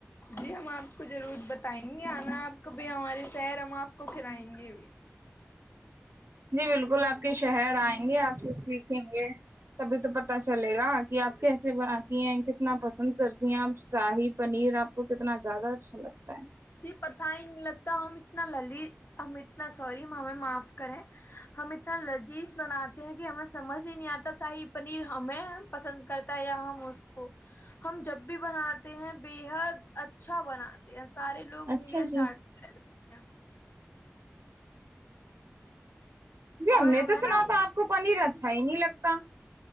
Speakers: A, on the left; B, on the right.
A: جی ہم آپ کو ضرور بتائیں گے آنا آپ ک بھی ہمارے شر ہم آپ کو کھلائیں گے بھی
B: جی بالکل آپ کے شہر آئے گے آپ سے سیکھیں گے تبھی تو پت چلے گا یہ آپ کیسے بناتی ہیں کتنا پسند کرتی ہیں آپ شاہی پنیر آپ کو کتنا زیادہ اچھا لگتا ہے
A: جی پتہ ہی نہیں لگتا تو ہم اتنا للیذ ہم اتنا سوری ہمیں معاف کریں ہم اتنا لذیذ بناتے ہیں کہ ہمیں سمجھ ہی نہیں آتا شاہی پنیر ہمیں سن کرتا ہے یہاں ہم اس کو ہم جب بھی بناتے ہیں بے حد اچھ اچھا بنات ہیں سارے لوگ
B: اچھا
A: انگلیاں
B: جی
A: چاٹتے ہیں <unintelligible>
B: جی ہم
A: اور
B: نے
A: ہمیں
B: تو سنا
A: نا
B: تھا آپ کو پنیر اچ کہا ہے نہیں لگتا